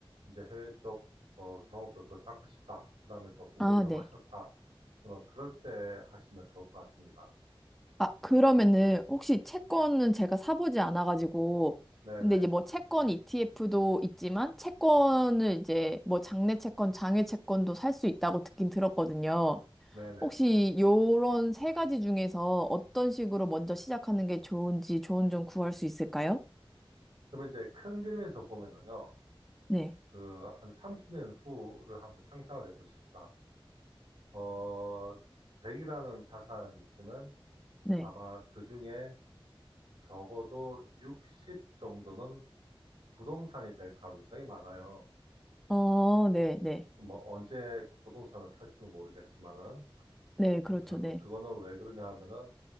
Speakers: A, on the right; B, in the centre.
A: 이제 해외 쪽 뭐 경험도 더 쌓고 싶다. 그 다음에 또 공부도
B: 아,
A: 좀
B: 네.
A: 하셨다. 그러면 그럴 때 하시면 좋을 것 같습니다.
B: 아, 그러면은 혹시 채권은 제가 사보지 않아가지고,
A: 네네,
B: 근데 이제 뭐 채권 ETF도 있지만, 채권을 이제 뭐 장내 채권, 장외 채권도 살 수 있다고 듣긴 들었거든요.
A: 네네.
B: 혹시 요런 세 가지 중에서 어떤 식으로 먼저 시작하는 게 좋은지 조언 좀 구할 수 있을까요?
A: 그러면 이제 큰 그림에서 보면은요,
B: 네,
A: 그 한 30년 후를 한번 상상을 해보십시다. 어, 100이라는 자산이 있으면
B: 네.
A: 아마 그 중에 적어도 60 정도는 부동산이 될 가능성이 많아요.
B: 어, 네, 네.
A: 뭐 언제 그 부동산을 살지도 모르겠지만은
B: 네, 그렇죠.
A: 그
B: 네.
A: 그거는 왜 그러냐 하면은